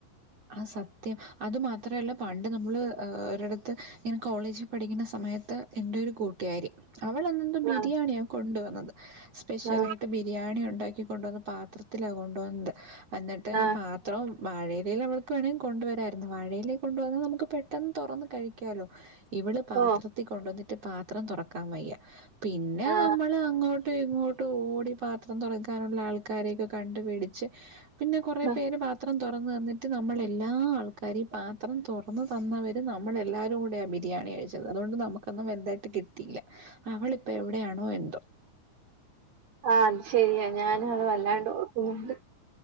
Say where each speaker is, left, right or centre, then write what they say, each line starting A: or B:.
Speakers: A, on the right; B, on the right.
A: ആഹ് സത്യം അതു മാത്രല്ല പണ്ട് നമ്മള് ഏഹ് ഒരിടത്ത് ഇങ്ങനെ കോളേജിൽ പഠിക്കണ സമയത്ത് എന്റെ ഒരു കൂട്ടുകാരി അവൾ എന്നതാ ബിരിയാണിയാ
B: ആ
A: കൊണ്ടുവന്നത് സ്പെഷ്യലായിട്ട്
B: ആ
A: ബി ബിരിയാണി ഉണ്ടാക്കി കൊണ്ടന്ന പാത്രത്തിലാ കൊണ്ട് വന്നത് അന്നിട്ട്
B: ആ
A: ഈ പാ ത്രം വാഴയിലേല് അവള് ക്ക് വേണെങ്കെ കൊണ്ടുവരായിരുന്നു വാഴയിലേ കൊണ്ട് വന്ന നമ്മുക്ക് പെട്ടെന്ന് തൊറന്ന് കഴിക്കാലോ ഇവള് പാത്ര
B: ഓ
A: ത്തി കൊണ്ടന്നിട്ട് പാത്രം തൊറക്കാൻ വയ്യ പിന്നെ
B: ആ
A: നമ്മളങ്ങോ ട്ട് ഇങ്ങോട്ട് ഓടി പാത്രം തൊറക്കാനുള്ള ആൾക്കാരൊക്കെ കണ്ടുപിടിച്ച് പിന്നെ കൊറേ
B: ആ
A: പേര് പാത്രം തൊറന്ന് തന്നിട്ട് ത്ത് നമ്മൾ എല്ലാ ആൾക്കാരേം പാത്രം തൊറന്ന് തന്നവരും നമ്മളെല്ലാരും കൂട ബിരിയാണി കഴിച്ചത് അതുകൊണ്ട് നമ്മുക്ക് ഒന്നും വലുതായിട്ട് കിട്ടീല്ല അവളിപ്പോ എവിടെയാണോ എന്തോ
B: ആഹ് അത് ശരിയാ ഞാനും അത് വല്ലാണ്ട് ഓർക്കുന്നുണ്ട്